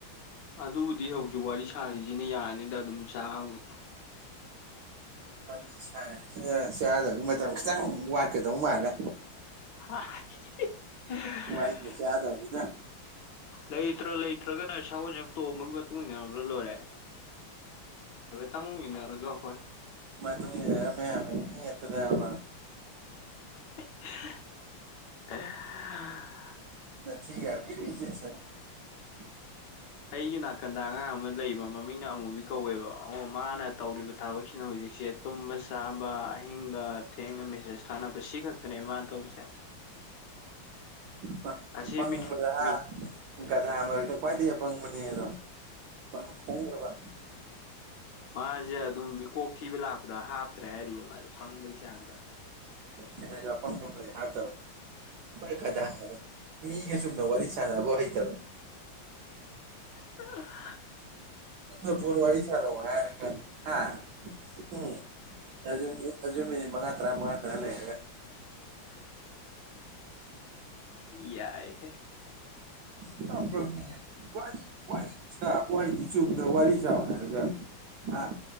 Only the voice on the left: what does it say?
ꯑꯗꯨꯕꯨꯗꯤ ꯍꯧꯖꯤꯛ ꯋꯥꯔꯤ ꯁꯥꯔꯤꯁꯤꯅ ꯌꯥꯅ ꯅꯤꯗ ꯑꯗꯨꯝ ꯆꯥꯕꯕꯨꯗꯤ
ꯍꯥ ꯍꯥ ꯍꯤ ꯍꯤ ꯍꯤ
ꯂꯩꯇ꯭ꯔ ꯂꯩꯇ꯭ꯔꯒꯅ ꯁꯥꯒꯣꯟꯁꯦꯝ ꯇꯣꯝꯕꯒꯤ ꯃꯇꯨꯡ ꯏꯟꯅꯒ꯭ꯔ ꯂꯣꯏꯔꯦ ꯇꯪ ꯏꯟꯅꯔꯒ ꯍꯣꯔꯦ
<inaudible>
ꯑꯩꯒꯤ ꯅꯥꯀꯟꯗ ꯑꯉꯥꯡ ꯑꯃ ꯂꯩꯕ ꯃꯃꯤꯡꯅ ꯑꯃꯨꯕꯤ ꯀꯧꯋꯦꯕ ꯑꯣ ꯃꯥꯅ ꯇꯧꯔꯤꯕ ꯊꯕꯛꯁꯤꯅ ꯍꯨꯖꯤꯛ ꯏꯁꯦ ꯇꯨꯝꯕ ꯆꯥꯕ ꯑꯍꯤꯡꯗ ꯊꯦꯡꯅ ꯃꯦꯁꯦꯁ ꯊꯥꯅꯕ ꯁꯤ ꯈꯛꯇꯅꯦꯕ ꯃꯥꯅ ꯇꯧꯔꯤꯁꯦ <inaudible>
ꯑꯁꯤ
ꯃꯤ
ꯃꯤ
ꯃꯥꯖꯦ ꯑꯗꯨꯝ ꯃꯤꯀꯣꯛ ꯊꯤꯕ ꯂꯥꯛꯄꯗ ꯍꯥꯞꯇ꯭ꯔꯦ ꯍꯥꯏꯔꯤꯌꯦ ꯃꯥꯖꯦ ꯄꯪꯕꯒꯤ ꯆꯥꯡꯗ
<unintelligible>
ꯌꯥꯏ ꯍꯦ